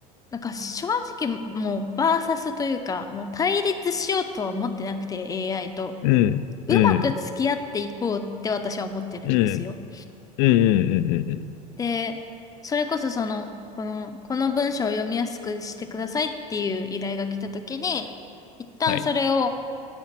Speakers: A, on the left; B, on the left.
A: なんか正直もうバーサスというか、もう対立しようとは思ってなくて AI と。
B: うん、
A: うまく付き合っていこうって私は思ってるんですよ。
B: うん、うん、うん、うん、うん、うん。
A: で、それこそその、この、この文章を読みやすくしてくださいっていう依頼が来た時に、一旦それを、
B: はい。